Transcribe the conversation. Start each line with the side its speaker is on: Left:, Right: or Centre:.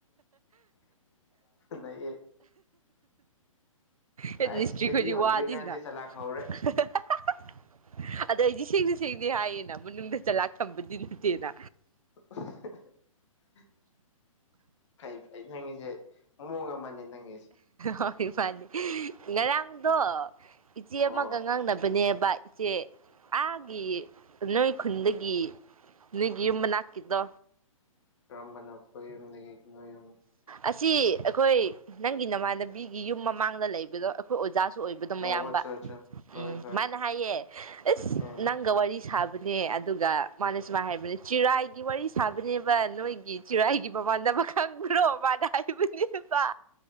Left: ꯂꯩꯌꯦ
Right: ꯍꯦꯠ
Left: ꯍꯥꯏꯁ
Right: ꯃꯤꯁꯇ꯭ꯔꯤ
Left: ꯆꯍꯤ
Right: ꯈꯣꯏꯗꯤ
Left: ꯍꯧꯗ꯭ꯔꯤ
Right: ꯋꯥꯗꯦꯅ
Left: ꯑꯉꯥꯡꯁꯦ
Right: <unintelligible>
Left: ꯆꯂꯥꯛ ꯍꯧꯔꯦ
Right: ꯑꯗꯣ ꯑꯩꯗꯤ ꯁꯦꯡꯅ ꯁꯦꯡꯅ ꯍꯥꯏꯌꯦꯅ ꯃꯅꯨꯡꯗ ꯆꯂꯥꯛ ꯊꯝꯕꯗꯤ ꯅꯠꯇꯦꯅ
Left: <unintelligible> ꯐꯩ ꯐꯩ ꯅꯪꯒꯤꯖꯦ ꯃꯨꯑꯣꯡ ꯑꯃꯅꯦ ꯅꯪꯒꯤꯁꯦ
Right: ꯍꯣꯏ ꯃꯥꯅꯦ ꯉꯔꯥꯡꯗꯣ ꯏꯆꯦ
Left: ꯑꯣ
Right: ꯑꯃꯒ ꯉꯥꯡꯅ ꯕꯅꯦꯕ ꯏꯆꯦ ꯑꯥꯒꯤ ꯅꯣꯏ ꯈꯨꯟꯗꯒꯤ ꯅꯣꯢꯒꯤ ꯌꯨꯝ ꯃꯅꯥꯛꯀꯤꯗꯣ
Left: ꯀꯔꯝꯕꯅꯣ ꯅꯣꯏꯒꯤ ꯅꯣꯏꯌꯨꯝ
Right: ꯑꯁꯤ ꯑꯩꯈꯣꯏ ꯅꯪꯒꯤ ꯅꯃꯥꯟꯅꯕꯤꯒꯤ ꯌꯨꯝ ꯃꯃꯥꯡꯗ ꯂꯩꯕꯗꯣ ꯑꯩꯈꯣꯏ ꯑꯣꯖꯥꯁꯨ ꯑꯣꯏꯕꯗꯣ ꯃꯌꯥꯝꯕ
Left: ꯑꯣ ꯑꯠꯆꯥ ꯑꯠꯆꯥ ꯍꯣꯏ
Right: ꯎꯝ
Left: ꯍꯣꯏ
Right: ꯃꯥꯅ ꯍꯥꯏꯌꯦ ꯢꯁ
Left: ꯎꯝ
Right: ꯅꯪꯒ ꯋꯥꯔꯤ ꯁꯥ ꯕꯅꯦ ꯑꯗꯨꯒ ꯃꯥꯅ ꯁꯨꯃꯥꯏ ꯍꯥꯏꯕꯅꯦ ꯆꯔꯥꯏꯒꯤ ꯋꯥꯔꯤ ꯁꯥꯕꯅꯦꯕ ꯅꯣꯏꯒꯤ ꯆꯤꯔꯥꯏꯒꯤ ꯅꯃꯥꯟꯅꯕ ꯈꯪꯕ꯭ꯔꯣ ꯃꯥꯅ ꯍꯥꯢꯕꯅꯦꯕ